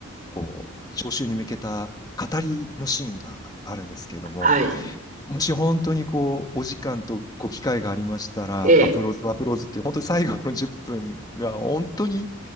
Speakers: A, on the left; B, on the right.
A: こう、招集に向けた語りのシーンがあるんですけれども、
B: はい。
A: もし本当にこう、お時間とご機会がありましたら、
B: ええ、
A: アプローズ、アプローズっていう、本当に最後の10分が、本当に